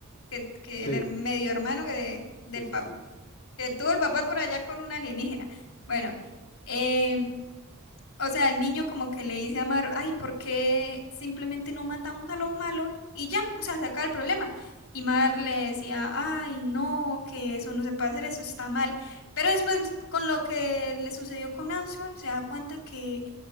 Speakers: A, on the left (about 80°); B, on the left (about 35°).
A: que, que
B: Sí,
A: el her- medio hermano que,
B: sí,
A: del
B: sí,
A: pap-
B: sí.
A: que tuvo el papá por allá con un alienígena. Bueno. em, o sea, el niño como que le dice a Amaro, ay, ¿por qué simplemente no matamos a los malos? Y ya, o sea, se acaba el problema. Y Mar le decía, ay, no, que eso no se puede hacer, eso está mal. Pero después, con lo que le sucedió con Anson, se da cuenta que,